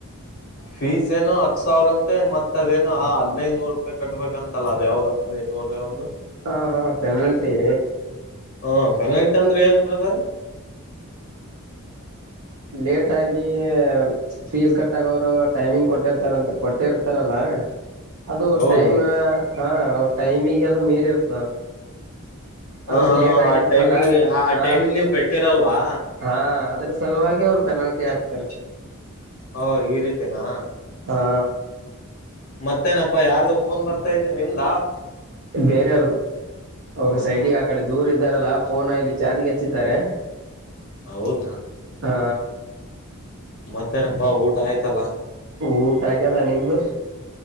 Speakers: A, on the left (about 50°); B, on the right (about 65°).
A: ಫೀಸ್ ಏನು ಹತ್ ಸಾವಿರ ಅಂತೆ ಮತ್ ಅದೇನು ಹದ್ನೈದುನೂರು ರೂಪಾಯಿ ಕಟ್ಬೇಕಂತಲ್ಲ ಅದ ಯಾವ್ದ ಹದ್ನೈದ ನೂರ ಯಾವ್ದ
B: ಹಾ ಹಾ ಪೆನಲ್ಟಿ
A: ಹಾ ಫೆನಲ್ಟೀ ಅಂದ್ರೆ ಏನು ಬ್ರದರ್
B: ಲೇಟಾಗಿ ಫೀಸ್ ಕಟ್ಟಾಗ ಅವರು ಟೈಮಿಂಗ್ ಕೊಟ್ಟಿರ್ತಾರಂತ ಕೊಟ್ಟಿರ್ತಾರಲ್ಲ ಅದು
A: ಹೌದು
B: ಟೈಮ್ ಹಾ ಅವ್ ಟೈಮಿಿಗೆ ಅದು ಮೀರಿರುತ್ತ
A: ಹ
B: ಅದುಸ ಲೇಟ್ ಆಗಿರ್ತ್ತಲ್ಲ
A: ಆ ಟೈಮಿಗೆ ಆ
B: ಹ
A: ಟೈಮಿಂಗ್ ನೀವು ಕಟ್ಟಿರಲ್ವಾ
B: ಹಾ ಅದ್ರ ಸಲುವಾಗಿ ಅವ್ರು ಪೆನಾಲ್ಟಿ ಆಕ್ತಾರೆ
A: ಹಾ ಈ ರೀತನಾ
B: ಹಾ
A: ಮತ್ತೇನಪ್ಪಾ ಯಾರ್ದು ಫೋನ್ ಬರ್ತಾ ಇದೆ ನಿಂದ
B: ಬೇರೆಯಾರ್ದು ಅವ್ರು
A: ಹೌದಾ
B: ಸೈಡಿಗೆ ಆಕಡೆ ದೂರ ಇದ್ದಾರಲ್ಲಾ ಫೋನ ಇಲ್ಲಿ ಚಾರ್ಿಗೆ ಹಚ್ಚ ಇದಾರೆ
A: ಹೌದಾ
B: ಹ
A: ಮತ್ತೇನಪ್ಪಾ ಊಟ ಆಯ್ತಲ್ಲ
B: ಊಟ ಆಗದ ನಿಮದು